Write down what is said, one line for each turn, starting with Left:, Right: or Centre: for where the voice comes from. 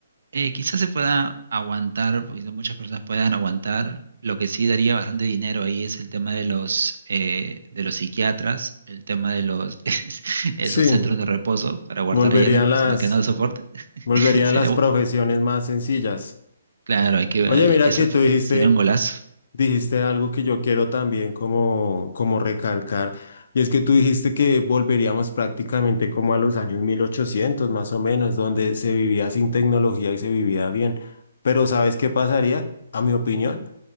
Right: Eh, quizás se pueda aguantar, porque son muchas personas puedan aguantar. Lo que sí daría bastante dinero ahí es el tema de los, eh, de los psiquiatras, el tema de los <laughs> esos
Left: Sí,
Right: centros de reposo para guardar
Left: volverían
Right: ahí a las personas
Left: las,
Right: que no lo soporten.
Left: volverían
Right: <laughs> Sería,
Left: las
Right: u-
Left: profesiones más sencillas.
Right: claro, hay que, eh,
Left: Oye, mira
Right: eso
Left: que
Right: fue-
Left: tú dijiste,
Right: sería un golazo.
Left: dijiste algo que yo quiero también como, como recalcar, y es que tú dijiste que volveríamos prácticamente como a los años 1800 más o menos, donde se vivía sin tecnología y se vivía bien. Pero ¿sabes qué pasaría? A mi opinión.